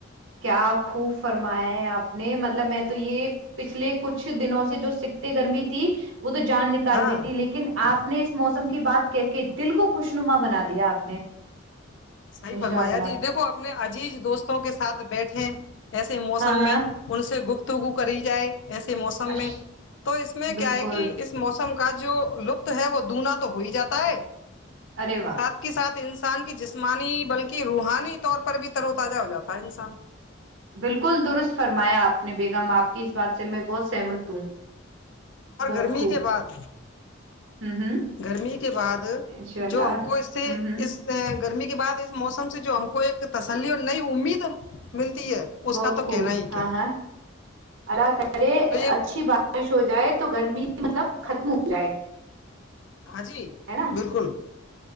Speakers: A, on the right; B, on the left.
A: کیا خوب فرمایا ہے آپ نے مطلب میں تو یہ پچھلے کچھ دنوں سے جو سکتے گرمی تھی وہ تو جان نکال
B: ہاں
A: دیی تھی لیکن لیکن آپ نے اس موسم کی بات کہ کے دل کو خوشنما بنا دیا آپ نے
B: صحیح
A: انشاء
B: فرمایا
A: اللہ
B: جی دیکھو اپنے عجیز دوستوں کے ساتھ بیٹھے ایسے موسم
A: ہاں ہاں
B: میں ان سے گفتگو کری جائے ایسے موسم
A: اش
B: میں تو اس میں
A: بالکل
B: کیا ہے کہ اس موسم کا جو لطت ہے وہ دوگنا تو ہو ہی جاتا ہے
A: ارے واہ
B: ساتھ کے ساتھ انسان کی جسمانی بلکہ روحانی طور پر بھی ترو تجہ ہو جاتا ہے انسان
A: بالکل درست فرمایا آپ نے بیگم آپ کی اس بات سے میں بہت سہمت ہوں
B: اور
A: بہت
B: گرمی
A: خوب
B: کے بعد
A: ہ ہ
B: گرمی کے بعد
A: انشاء اللہ
B: جو ہم کو اس سے
A: ہ ہ
B: اس گرمی کے بعد اس موسم سے جو ہم کو ایک تسلی اور نئی امید ملتی ہے اس
A: بہت
B: کا تو
A: خوب
B: کہنا ہی
A: ہاں
B: کیا ہے
A: ہاں اللہ کرے
B: تو یہ
A: اچھی بات بارش ہو جائے تو گرمی مطلب ختم ہو جائے
B: ہاں جی
A: ہے نا
B: بالکل